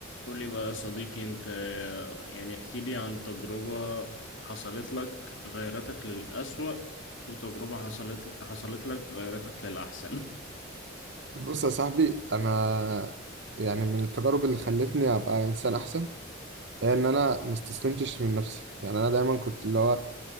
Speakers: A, on the left; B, on the right.
A: قول لي بقى يا صديقي انت يعني احكي لي عن تجربة حصلت لك غيرتك للأسوأ وتجربة حصلت حصلت لك غيرتك للأحسن
B: بص يا صاحبي انا يعني من التجارب اللي خلتني ابقى انسان احسن هي ان انا ما استسلمتش من نفسي يعني انا دايما كنت اللي هو